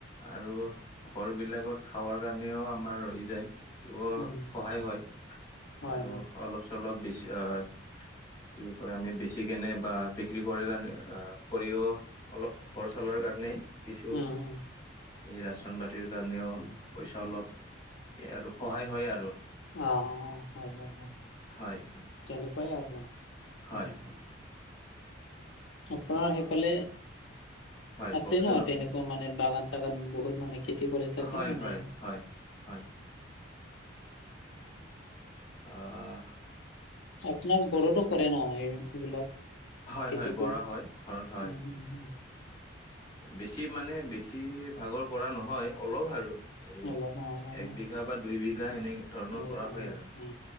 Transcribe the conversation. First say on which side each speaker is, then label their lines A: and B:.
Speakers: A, on the left; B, on the left.
A: আৰু ঘৰবিলাকত খাৱাৰ কাৰণেও আমাৰ ৰহি যায়। সেইটোৱ
B: উম
A: সহায় হয়।
B: হয়
A: আৰু
B: হয়
A: অলপ চলপ বেছি আহ কি কয় আমি বেছি কিনে বা বি ত্ৰী কৰি কাৰণে আহ সৰিয়হ অলপ ঘৰ চলাৰ কাৰণে কিছু
B: উম, উম,
A: এই ৰেচন পাতিৰ কাৰণেও পইচা অলপ এ আৰু সহায় হয় আৰু।
B: অ অ, হয় হয় হয়।
A: হয় হয়।
B: তেনেকুৱাই আৰু ন।
A: হয়
B: উম,
A: হয়।
B: আপোনাৰ
A: আহ
B: সেইফালে
A: হয়
B: আছে
A: কওকচোন
B: ন,
A: আপুনি
B: তেনেকুৱা মানে বাগান-চাগান বহুত মানে খেতি কৰে চাগে
A: হয়
B: মানে
A: হয় হয় হয় অ অ।
B: আপোনাৰ ঘৰতো কৰে ন সেইবিলাক
A: হয়
B: খেতিটো
A: হয় কৰা হয় ঘৰত হয়।
B: উম, উম, উম
A: বেছি মানে বেছি ভাগৰ কৰা নহয় অলপ আৰু। এ
B: অলপ অ', অ',
A: এক
B: অ',
A: বিঘা বা দুই বিঘা এনে ধৰণৰ
B: এনেকুৱা
A: কৰা হয়
B: মানে
A: আৰু
B: অ', অ